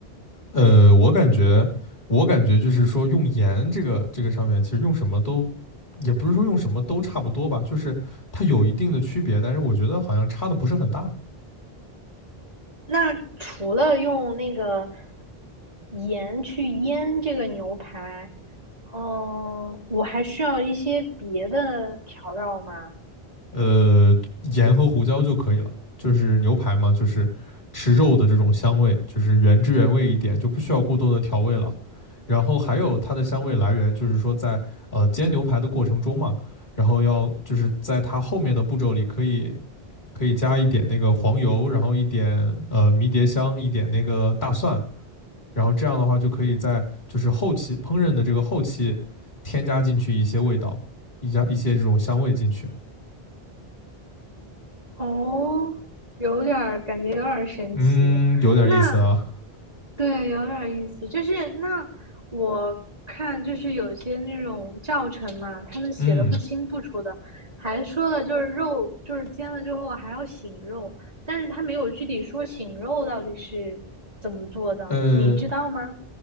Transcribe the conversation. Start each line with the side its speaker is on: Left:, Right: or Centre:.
Left: 呃，我感觉，我感觉就是说，用盐这个这个上面，其实用什么都，也不是说用什么都差不多吧，就是它有一定的区别，但是我觉得好像差的不是很大。
Right: 那除了用那个盐去腌这个牛排，嗯、我还需要一些别的调料吗？
Left: 呃，盐和胡椒就可以了，就是牛排嘛，就是吃肉的这种香味，就是原汁原味一点，就不需要过多的调味了。然后还有它的香味来源，就是说在呃煎牛排的过程中嘛，然后要就是在它后面的步骤里可以。可以加一点那个黄油，然后一点呃迷迭香，一点那个大蒜，然后这样的话就可以在就是后期烹饪的这个后期添加进去一些味道，一加一些这种香味进去。
Right: 哦，有点儿感觉有点儿神奇。
Left: 嗯，有点意思啊。
Right: 那对，有点儿意思。就是那我看，就是有些那种教程嘛，他们写的不清不楚的，
Left: 嗯，
Right: 还说了就是肉，就是煎了之后还要醒肉，但是他没有具体说醒肉到底是怎么做的，
Left: 呃，
Right: 你知道吗？